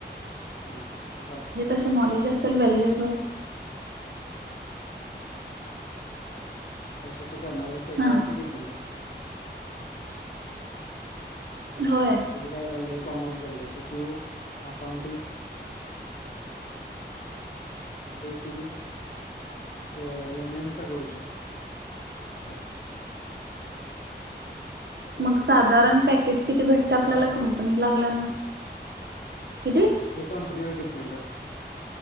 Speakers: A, on the left; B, on the right.
A: हम्म असं अस
B: असं नॉलेज असेल व्हॅल्युएबल.
A: कशाच करणार आहे त्याच्यावरती
B: हा
A: डिपेंड असत ते.
B: <unintelligible> होय
A: तुझं काय झालंय कॉमर्स झालय तर तू अकाउंटिंग तिने अस एम एम चा करू शकते. <inaudible>
B: मग साधारण पॅकेज किती भेटते
A: असं
B: आपल्याला
A: आहे
B: कंपनी लागल्यानंतर किती?
A: हे कंपनीवर डिपेंड असत,